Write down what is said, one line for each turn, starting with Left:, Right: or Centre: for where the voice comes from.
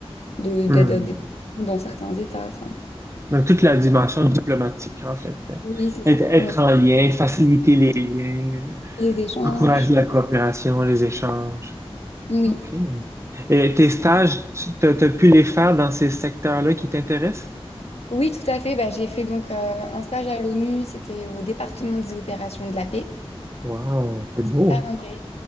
Left: de d'aide
Right: Hmm.
Left: aux développement dans certains États enfin
Right: Donc, toute la dimension diplomatique, en fait. hein.
Left: oui c'est ça
Right: Être, être
Left: ouais.
Right: en lien, faciliter les liens, euh,
Left: les échanges
Right: encourager la coopération, les échanges.
Left: oui
Right: OK. Et tes stages, tu t'as, pu les faire dans ces secteurs-là qui t'intéressent?
Left: oui tout à fait bah, j'ai fait donc euh, un stage à l'ONU c'était au département des opérations de la paix
Right: Wow, c'est beau.
Left: C'est super intéressant,